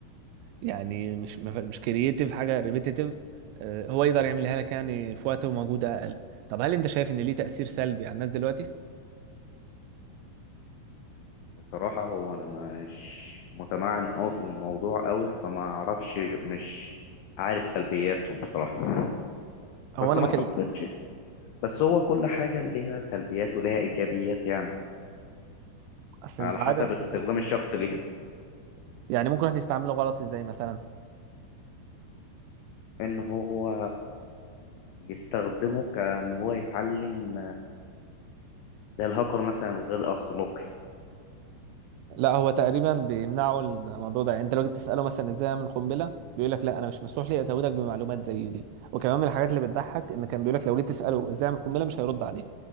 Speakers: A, on the right; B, on the left.
A: يعني مش مش كرييتيف حاجة ريبيتيتيف هو يقدر يعملها لك يعني في وقت ومجهود اقل طب هل انت شايف ان ليه تأثير سلبي على الناس دلوقتي
B: بصراحة هو أنا مش متمعن أوي في الموضوع أوي فما أعرفش مش عارف سلبياته بصراحة
A: هو
B: بس
A: انا
B: ما
A: بكلم
B: أعتقدش بس هو كل حاجة ليها سلبيات وليها إيجابيات يعني
A: اصل
B: على
A: انت عارف
B: حسب استخدام الشخص ليها
A: يعني ممكن واحد يستعمله غلط ازاي مثلا
B: إن هو يستخدمه كأن هو يتعلم زي الهاكر مثلا غير أخلاقي
A: لا هو تقريبا بيمنعوا الموضوع ده يعني انت لو جيت تساله مثلا ازاي اعمل قنبله بيقول لك لا انا مش مسموح لي ازودك بمعلومات زي دي وكمان من الحاجات اللي بتضحك ان كان بيقول لك لو جيت تساله ازاي اعمل قنبله مش هيرد عليك